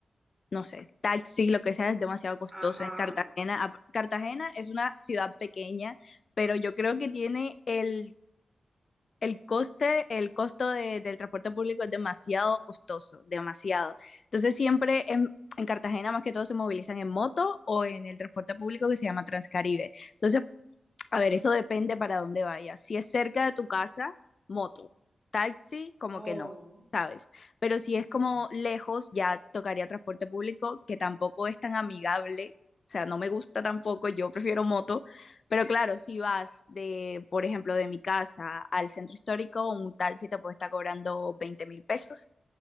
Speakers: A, on the left; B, on the right.
A: no sé, taxi, lo que sea, es demasiado costoso
B: Ajá.
A: en Cartagena. A- Cartagena es una ciudad pequeña, pero yo creo que tiene el, el coste, el costo de- del transporte público es demasiado costoso, demasiado. Entonces siempre en, en Cartagena más que todo se movilizan en moto o en el transporte público que se llama Transcaribe. Entonces a ver, eso depende para dónde vayas. Si es cerca de tu casa, moto. Taxi, como
B: Oh,
A: que no, ¿sabes? Pero si
B: ok.
A: es como lejos, ya tocaría transporte público, que tampoco es tan amigable. O sea, no me gusta tampoco, yo prefiero moto. Pero claro, si vas de, por ejemplo, de mi casa al centro histórico, un taxi te puede estar cobrando veinte mil pesos